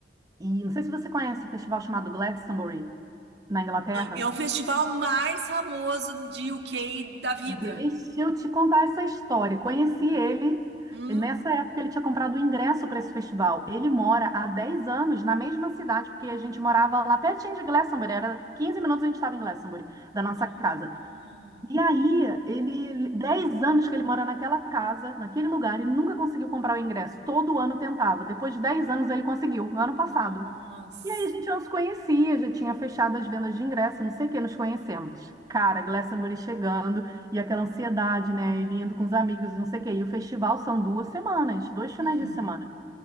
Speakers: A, on the right (about 20°); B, on the right (about 70°).
A: E não sei se você conhece o festival chamado Glastonbury, na Inglaterra.
B: É o festival mais famoso de UK da vida.
A: Deixa eu te contar essa história. Conheci ele,
B: Hum?
A: e nessa época ele tinha comprado o ingresso para esse festival. Ele mora há 10 anos na mesma cidade, porque a gente morava lá pertinho de Glastonbury, era 15 minutos a gente estava em Glastonbury, da nossa
B: Ah,
A: casa. E aí, ele, 10 anos que ele mora naquela casa, naquele lugar, e nunca conseguiu comprar o ingresso. Todo ano tentava. Depois de 10 anos ele conseguiu, ano passado.
B: nossa.
A: E aí a gente já nos conhecia, já tinha fechado as vendas de ingresso, não sei o que, nos conhecemos. Cara, Glastonbury chegando e aquela ansiedade, né? Ele indo com os amigos, não sei o que. E o festival são duas semanas, dois finais
B: Uhum.
A: de semana.